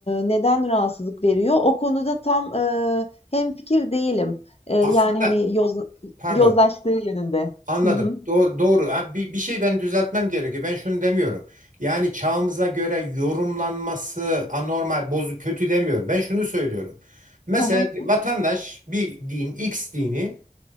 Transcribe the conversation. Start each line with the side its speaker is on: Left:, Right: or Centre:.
Left: neden rahatsızlık veriyor? O konuda tam, eee, hemfikir değilim. Eee, yani,
Right: aslında
Left: hani, yoz
Right: pardon.
Left: yozlaştığı yönünde.
Right: Anladım.
Left: Hı hı.
Right: Doğru, doğru. Ha, bir, bir şey ben düzeltmem gerekiyor. Ben şunu demiyorum. Yani çağımıza göre yorumlanması anormal, bozuk, kötü demiyorum. Ben şunu söylüyorum. Mesela
Left: Hı hı.
Right: vatandaş bir din, X dini